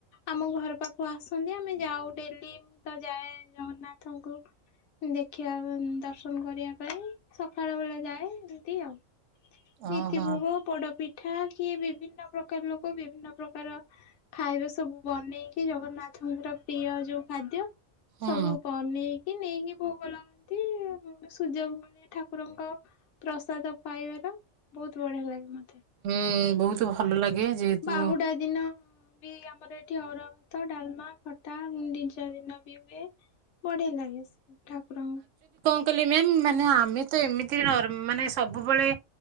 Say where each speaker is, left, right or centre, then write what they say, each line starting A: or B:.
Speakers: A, on the left; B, on the right.
A: ଆମ ଘର ପାଖକୁ ଆସନ୍ତି, ଆମେ ଯାଉ ଡେଲି ମୁଁ ତ ଯାଏ ଜଗନ୍ନାଥଙ୍କୁ ଦେଖିବା ଦର୍ଶନ କରିବା ପାଇଁ ସକାଳ ବେଳେ ଯାଏ ଏମିତି ଆଉ। ନୀତି
B: ଓହୋ
A: ଭୋଗ, ପୋଡପିଠା କିଏ ବିଭିନ୍ନ ପ୍ରକାର ଲୋକ ବିଭିନ୍ନ ପ୍ରକାର ର ଖାଇବା ସବୁ ବନେଇକି, ଜଗନ୍ନାଥଙ୍କର ପ୍ରିୟ ଯୋଉ ଖାଦ୍ୟ
B: ହୁଁ
A: ସବୁ ପନି କି ନେଇକି ଭୋଗ ଲଗାନ୍ତି। ସୂର୍ଯ୍ୟ <unintelligible> ଠାକୁରଙ୍କ ପ୍ରସାଦ ପାଇବାର ବହୁତ ବଢିଆ ଲାଗେ ମତେ।
B: ହୁଁ, ବହୁତ ଭଲ ଲାଗେ ଯେହେତୁ
A: ବାହୁଡା ଦିନ ବି ଆମର ଏଠି ଅରୁଆ ଭାତ ଡାଲମା ଖ ଟା ଗୁଣ୍ଡିଚା ଦିନ ବି ହୁଏ ବଢିଆ ଲାଗେ। ଠାକୁରଙ୍କୁ
B: ମୁଁ କହିଲି ମ୍ୟାମ, ମାନେ ଆମେ ତ ଏମିତି ନର୍ ମାନେ ସବୁବେଳେ